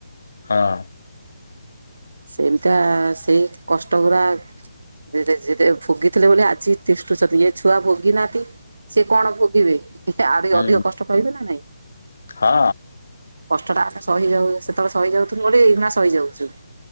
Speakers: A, on the left; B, on the right.
A: ହଁ।
B: ସେମିତି ଆ ସେଇ କଷ୍ଟ ଗୁରା ଧୀରେ ଧୀରେ ଭୋଗିଥିଲେ ବୋଲି ଆଜି ତିଷ୍ଠୁଛନ୍ତି ଏ ଛୁଆ ଭୋଗି ନାହାନ୍ତି ସେ କଣ ଭୋଗିବେ ଆରି
A: ହୁଁ
B: ଅଧିକ କଷ୍ଟ ପାଇବେ ନା ନାଇଁ।
A: ହଁ
B: କଷ୍ଟଟା ଆମେ ସହିଯାଉ ସେତେବେଳେ ସହିଯାଉଥୁଲୁ ବୋଲି ଏଇ ଭଳିଆ ସହିଯାଉଚୁ।